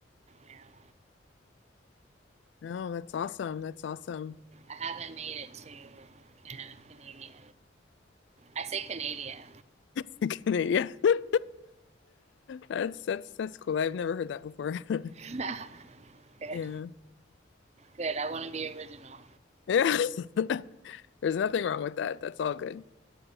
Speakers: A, on the right; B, on the left.
A: You know,
B: no, that's awesome. That's awesome.
A: I haven't made it to Canada, Canada yet. I say Canada.
B: <laughs> Yeah. <laughs> That's that's that's cool. I've never heard that before. <laughs>
A: <laughs> good,
B: Yeah.
A: good. I want to be original.
B: Yeah. <laughs> There's nothing wrong with that. That's all good.